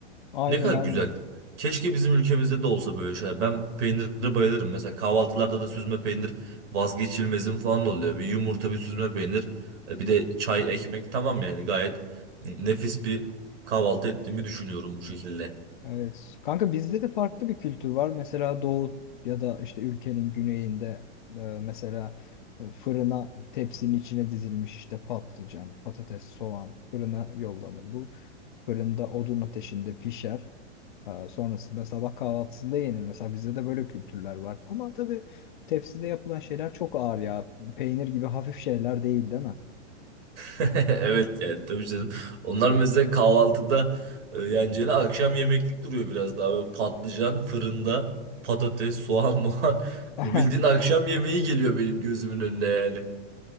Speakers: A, on the left; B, on the right.
A: Aynen
B: Ne kadar
A: aynen.
B: güzel. Keşke bizim ülkemizde de olsa böyle şeyler. Ben peynire bayılırım. Mesela kahvaltılarda da süzme peynir vazgeçilmezim falan oluyor. Bir yumurta, bir süzme peynir, e, bir de çay, ekmek tamam yani gayet nefis bir kahvaltı ettiğimi düşünüyorum bu şekilde.
A: Evet. Kanka bizde de farklı bir kültür var. Mesela doğu ya da işte ülkenin güneyinde e, mesela e, fırına tepsinin içine dizilmiş işte patlıcan, patates, soğan fırına yollanır. Bu fırında odun ateşinde pişer. E, sonrasında sabah kahvaltısında yenir. Mesela bizde de böyle kültürler var. Ama tabii tepside yapılan şeyler çok ağır ya. Peynir gibi hafif şeyler değil, değil mi?
B: <laughs> Evet yani tabii canım. Onlar mesela kahvaltıda e, yeneceğine akşam yemeklik duruyor biraz daha. Böyle patlıcan fırında patates, soğan, <laughs> muhan.
A: <laughs>
B: Bu bildiğin akşam yemeği geliyor benim gözümün önüne yani.